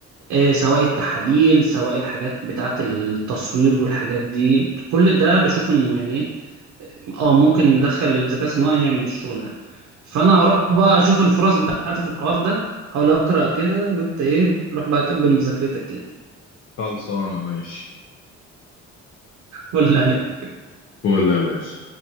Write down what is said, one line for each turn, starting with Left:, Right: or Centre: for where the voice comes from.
Right: آه، سواء التحاليل سواء الحاجات بتاعه التصوير والحاجات دي كل ده بشوف انه يعني إيه، اه ممكن ندخل الذكاء الصناعي يعمل الشغل ده فانا هروح بقى اشوف الفرص بتاعتي في الحوار ده احاول اقرا كده وانت ايه روح بقى كمل مذاكرتك كده
Left: خلصانه ماشي
Right: <laughs> ولا عليك
Left: فول يا باشا